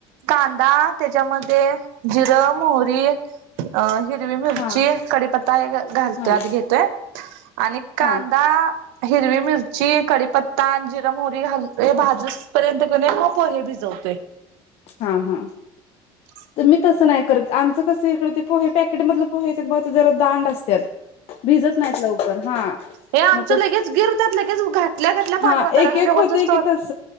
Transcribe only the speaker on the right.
कांदा त्याच्यामध्ये जिरं मोहरी हिरवी मिरची
कडीपत्ता घालतोय
त्यात घेतोय आणि का
दा हिरवी मिरची कडीपत्ता आणि जिर मोहरी हे भाजूस पर्यंत की नय मग पोहे भिजवतोय
<inaudible>
हे आमचं
लगेच गिर त्यात लगेच घातल्या घातल्या पाणी
वतायला
लागतंय ते
वतूस
तवर